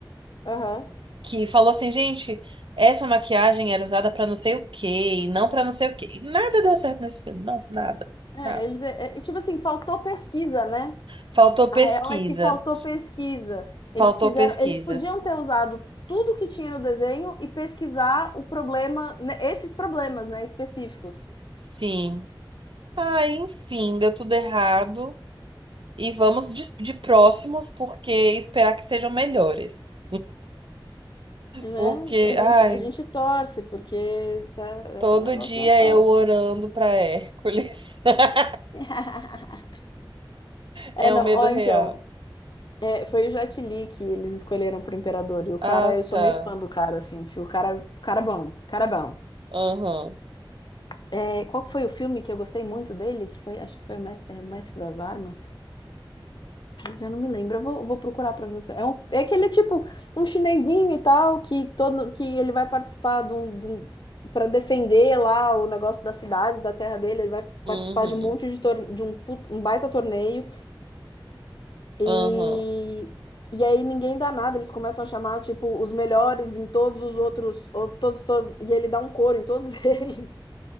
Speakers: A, on the left; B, on the right.
A: Aham.
B: que falou assim, gente, essa maquiagem era usada pra não sei o quê, e não pra não sei o quê. E Nada deu certo nesse filme. Nossa, nada,
A: É,
B: nada.
A: eles, é, é, tipo assim, faltou pesquisa, né?
B: Faltou
A: A
B: pesquisa.
A: real é que faltou pesquisa. Eles
B: Faltou
A: quiseram,
B: pesquisa.
A: eles podiam ter usado tudo que tinha no desenho e pesquisar o problema, né, esses problemas, né, específicos.
B: Sim. Ah, enfim, deu tudo errado. E vamos de, de próximos, porque esperar que sejam melhores.
A: Né?
B: Porque,
A: A gente,
B: ai,
A: a gente torce, porque tá,
B: todo
A: o negócio
B: dia
A: não é fácil.
B: eu orando pra Hércules. <laughs>
A: <laughs> É,
B: É
A: não,
B: um medo
A: ó,
B: real.
A: então, é, foi o Jet Li que eles escolheram pro Imperador, e o cara,
B: Ah,
A: eu sou
B: tá.
A: meio fã do cara, assim, tipo, o cara, o cara é bom, o cara é bom.
B: Aham.
A: É, qual que foi o filme que eu gostei muito dele? Que foi, acho que foi o Mestre, é, o Mestre das Armas. Ai, Já não me lembro. Eu vou, vou procurar pra ver. É, um, é aquele tipo um chinesinho e tal que todo que ele vai participar de um, de um- pra defender lá o negócio da cidade, da terra dele. Ele vai
B: Uhum.
A: participar de um monte de tor- de um, pu- um baita torneio e
B: Aham.
A: e aí ninguém dá nada. Eles começam a chamar tipo os melhores em todos os outros, ou, todos, todos- e ele dá um coro em todos <laughs> eles.